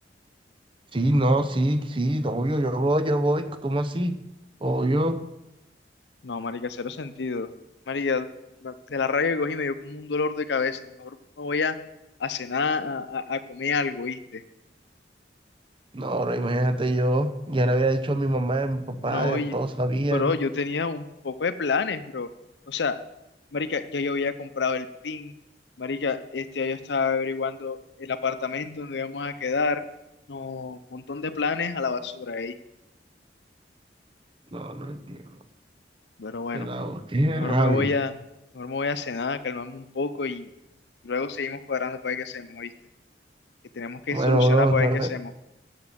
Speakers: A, on the right; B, on the left.
A: Sí, no, sí, sí, no, obvio, yo voy, yo voy. ¿Cómo así? Obvio.
B: No, marica, cero sentido. Marica, ma- de la rabia que cogí me dio como un dolor de cabeza. Mejor me voy a, a cenar, a, a- a comer algo, ¿viste?
A: No, ahora imagínate yo, ya le había dicho a mi mamá y a mi papá,
B: No,
A: ya
B: oye,
A: todos sabían.
B: bro, yo tenía un poco de planes, bro. O sea, marica, ya yo había comprado el pin. Marica, este, ya yo estaba averiguando el apartamento donde íbamos a quedar. No, montón de planes a la basura ahí.
A: No, no entiendo.
B: Pero bueno,
A: Pero qué
B: mejor
A: rabia.
B: me voy a, mejor me voy a cenar, a calmarme un poco y luego seguimos cuadrando para ver qué hacemos, ¿viste? que tenemos que
A: Bueno,
B: solucionar
A: bro,
B: para
A: no,
B: ver qué hacemos.
A: no